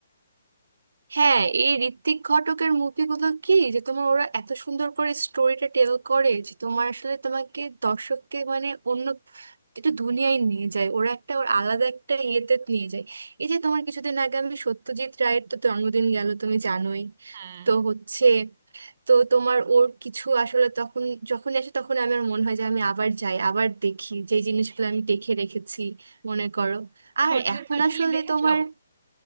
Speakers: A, on the right; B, on the right.
A: হ্যাঁ এই ঋত্বিক ঘটকের মুভিগুলো কি যে তোমার ওরা এত সুন্দর করে স্টোরিটা টেল করে যে তোমার আসলে তোমাকে দর্শককে মানে অন্য একটা দুনিয়ায় নিয়ে যায় ওরা একটা ওর আলাদা একটা ইয়েতে নিয়ে যায় এই যে তোমার কিছুদিন আগে আমি সত্যজিৎ রায়ের তো জন্মদিন গেল তুমি জানোই
B: হ্যাঁ
A: তো হচ্ছে তো তোমার ওর কিছু আসলে তখন যখন আসে তখন আমার মনে হয় যে আমি আবার যাই আবার দেখি যে জিনিসগুলো আমি দেখে রেখেছি মনে করো আর
B: পথের
A: এখন
B: পাঁচালী
A: আসলে
B: দেখেছো
A: তোমার